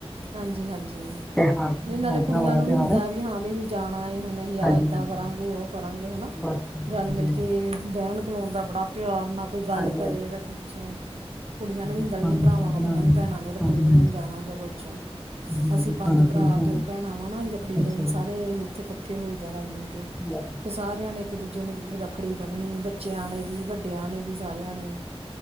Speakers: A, on the right; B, in the centre.
A: ਹਾਂਜੀ ਹਾਂਜੀ
B: ਤਿਉਹਾਰ ਭੈਣ
A: ਨਹੀਂ ਨਾਲੇ
B: ਭਰਾਵਾਂ
A: ਕੁੜੀਆਂ
B: ਦਾ
A: ਨੂੰ ਵੀ
B: ਤਿਉਹਾਰ
A: ਹੁੰ
B: ਹੈ
A: ਵੀ ਹਾਂ ਵੀ ਅਸੀਂ ਜਾਣਾ ਹੈਏ ਹੁਣ ਅਸੀਂ ਆਹ
B: ਹਾਂਜੀ
A: ਇੱਦਾਂ
B: ਹਾਂਜੀ
A: ਕਰਾਂਗੇ ਉਹ ਕਰਾਂਗੇ ਹਨਾ
B: ਬਸ ਹਾਂਜੀ
A: ਰਲ
B: ਹਾਂਜੀ
A: ਮਿਲ ਕੇ ਤੇ ਬਹਿਣ ਖਲੋਣ ਦਾ ਬੜਾ ਪਿਆਰ ਨਾ ਕੋਈ ਗੱਲ
B: ਹਾਂਜੀ
A: ਕਰੇ
B: ਹਾਂਜੀ,
A: ਜਾਂ ਕੁੱਛੇ ਕੁੜੀਆਂ ਨੂੰ ਵੀ ਹੁੰਦਾ
B: ਖਾਣਾ
A: ਵੀ ਭਰਾਵਾਂ
B: ਵਗੈਰਾ
A: ਨੂੰ
B: ਬਣਾਉਣਾ
A: ਆਪਣਣ ਭੈਣਾਂ
B: ਹੈ।
A: ਨੇ ਰੱਖੜੀ
B: ਹਾਂਜੀ
A: ਬੰਨਣ
B: ਹਾਂਜੀ
A: ਜਾਣਾ ਜਾਂ ਕੁਛ
B: ਹਾਂਜੀ
A: ਅਸੀਂ
B: ਹਾਂਜੀ
A: ਪੰਜ
B: ਖਾਣਾ
A: ਭਰਾ
B: ਖੁਣਾ ਬਣਾਉਣਾ
A: ਦੋ ਭੈਣਾਂ ਵਾਂ ਨਾ ਜੀ ਰੱਖੜੀ ਵਾਲੇ
B: ਅੱਛਾ
A: ਦਿਨ ਸਾਰੇ ਅ ਇੱਥੇ ਇਕੱਠੇ ਹੋਈਦਾ ਰਲ ਮਿਲ ਕੇ
B: ਹ
A: ਅਤੇ ਸਾਰਿਆਂ ਨੇ ਇੱਕ ਦੂਜੇ ਨੂੰ ਰੱਖੜੀ ਬੰਨਣੀ ਬੱਚਿਆਂ ਨੇ ਵੀ ਵੱਡਿਆਂ ਨੇ ਵੀ ਸਾਰਿਆਂ ਨੇ